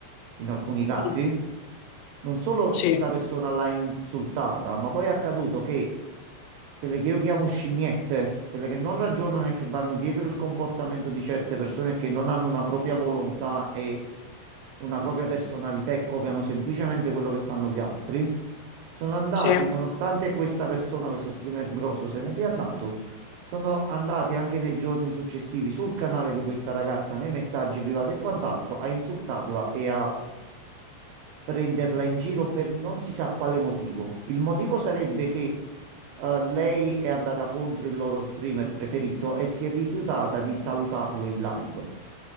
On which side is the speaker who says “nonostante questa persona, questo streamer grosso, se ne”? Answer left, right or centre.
Right